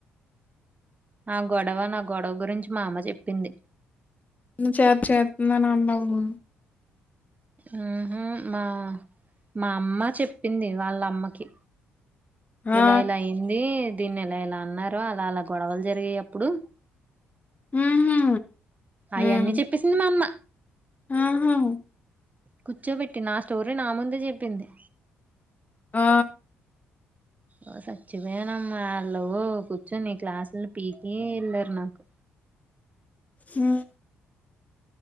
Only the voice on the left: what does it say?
నువ్ చేబ్ చేత్ న్ననన్నావు.
ఆ
ఉహు
ఉమ్
ఆహా
ఆ
ఉమ్